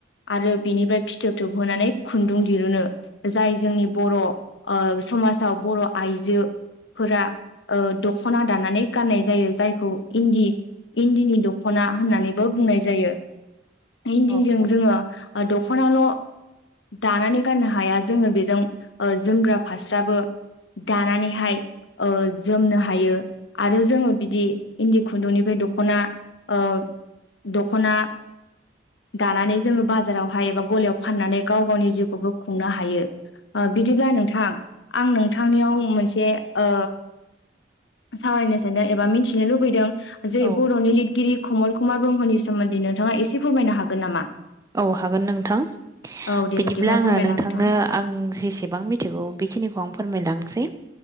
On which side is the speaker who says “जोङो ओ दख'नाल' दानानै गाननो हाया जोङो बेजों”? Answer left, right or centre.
Left